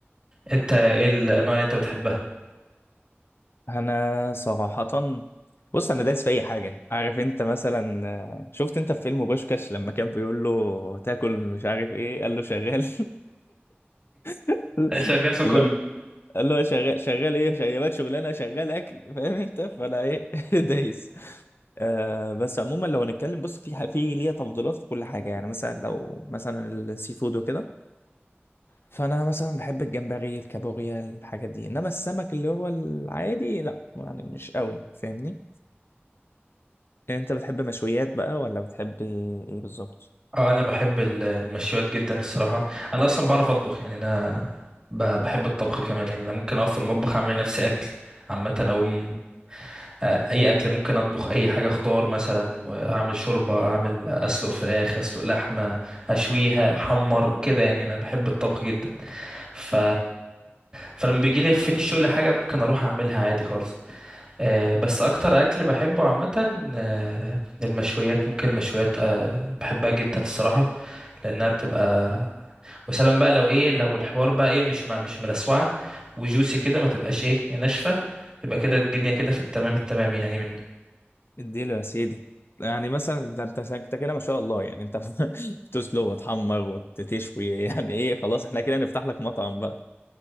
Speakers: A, on the right (about 20°); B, on the left (about 60°).
A: انت ايه الانواع اللي انت بتحبها
B: انا صراحة بص انا دايس في اي حاجة عارف انت مثلا آه، شفت انت في فيلم بوشكاش لما كان بيقول له تاكل مش عارف ايه قال له شغال <laughs>
A: شغال في
B: لا
A: كله
B: اللي هو شغال شغال ايه شغال شغلانه شغال اكل فاهم انت فانا ايه <laughs> دايس آه بس عموما لو هنتكلم بص في ح- في ليا تفضيلات في كل حاجه يعني مثلا لو مثلا السي فود وكده فانا مثلا بحب الجمبري الكابوريا الحاجات دي انما السمك اللي هو العادي لا يعني مش قوي فاهمني يعني انت بتحب مشويات بقى ولا بتحب ايه إيه بالظبط
A: اه انا بحب ال- المشويات جدا الصراحه انا اصلا بعرف اطبخ يعني انا ب- بحب الطبخ كمان يعني انا ممكن اقف في المطبخ اعمل لنفسي اكل عامه اقوم آه، اي اكل ممكن اطبخ اي حاجه خضار مثلا اعمل شوربه اعمل اسلق فراخ اسلق لحمه اشويها احمر كده يعني انا بحب الطبخ جدا ف... فلما بيجي لي فين الشغل حاجه ممكن اروح اعملها عادي خالص آه، بس اكتر اكل بحبه عامه آه، المشويات ممكن المشويات آه، بحبها جدا الصراحه لانها بتبقى وسلام بقى لو ايه لو الحوار بقى ايه مش ما مش ملسوعه وجوسي كده ما تبقاش ايه ناشفه يبقى كده الدنيا كده في التمام التمام يعني منه
B: اديله يا سيدي يعني مثلا ده انت انت كده ما شاء الله يعني انت <laughs> بتسلق وتحمر وتشوي يعني ايه خلاص احنا كده نفتح لك مطعم بقى